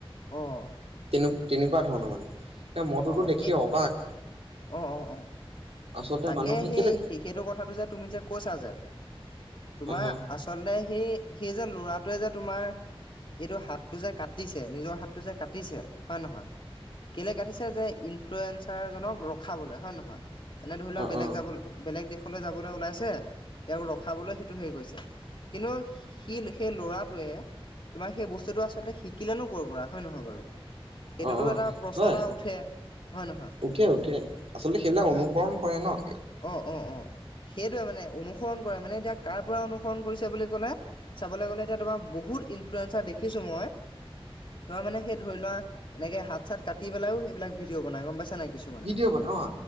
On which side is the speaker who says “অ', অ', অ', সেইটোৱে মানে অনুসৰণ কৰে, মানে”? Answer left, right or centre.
Left